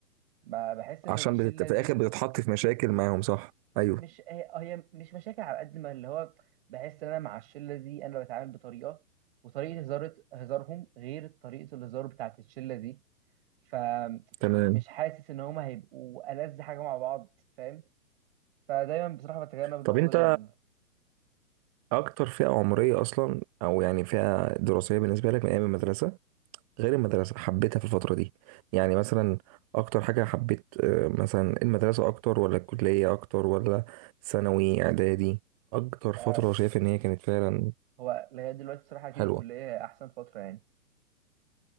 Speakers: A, on the right; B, on the right.
A: ما بحس ان
B: عشان
A: الشله
B: بتت... في
A: دي
B: الاخر بتتحط في مشاكل معاهم صح ايوه
A: مش هي هي مش مشاكل على قد ما اللي هو بحس ان انا مع الشله دي انا بتعامل بطريقه وطريقه هزار هزارهم غير طريقه الهزار بتاعت الشله دي فمش
B: تمام
A: حاسس ان هما هيبقوا ألذ حاجه مع بعض فاهم فدايما بصراحه بتجنب الموضوع
B: طب انت
A: ده جدا
B: اكتر فئه عمريه اصلا او يعني فئه دراسيه بالنسبه لك من ايام المدرسه غير المدرسة حبيتها في الفترة دي يعني مثلا أكتر حاجة حبيت آه، مثلا المدرسة أكتر ولا الكلية أكتر ولا ثانوي إعدادي أكتر
A: آه،
B: فترة شايف إن هي كانت فعلا
A: هو لغايه دلوقتي بصراحه اكيد
B: حلوة
A: الكليه هي احسن فتره يعني